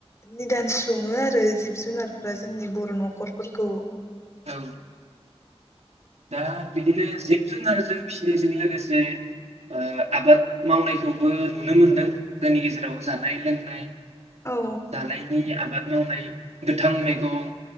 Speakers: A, on the left; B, on the right.
A: निदान सङो आरो जिब जुनारफ्रा जोंनि बर' न'खरफोरखौ
B: औ दा बिदिनो जिब जुनारजों फिसिनायजों लोगोसे ओ आबाद मावनायखौबो नुनो मोनदों जोंनि गेजेराव जानाय लोंनाय
A: औ
B: जानायनि आबाद मावनाय गोथां मैगं